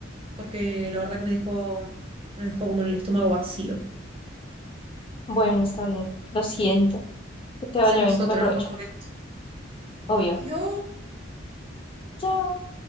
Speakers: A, on the right (about 30°); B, on the left (about 30°).
A: porque la verdad que me dejó, me dejó como el estómago vacío.
B: Bueno, está bien. Lo siento. Que te vaya
A: Hacemos
B: bien.
A: otra
B: Buen provecho.
A: en otro momento.
B: Obvio.
A: Adiós.
B: Chao.